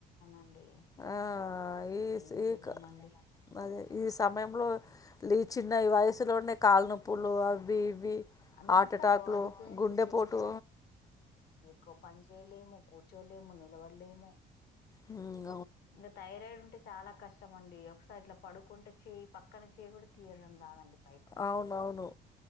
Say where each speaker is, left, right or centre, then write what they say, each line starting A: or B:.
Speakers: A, on the left; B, on the left.
A: అండి
B: ఆ ఈ
A: ఏం
B: ఈ
A: చేద్దామండి
B: క- అదే ఈ సమయంలో లి చిన్న ఈ వయసులోనే కాళనొప్పులు అవి ఇవి
A: అంతా
B: హార్ట్ అటాక్లు
A: బాడీ పెయిన్స్
B: గుండెపోటు
A: కువ పని చేయలేము కూర్చోలేము నిలబడలేము
B: హు
A: ఇంకా థైరాయిడ్ ఉంటే చాలా కష్టంమండి ఒక ఇట్లా పడుకుంటే చేయి పక్కన చేయి కూడా తీయడం కాదండి
B: అవునవును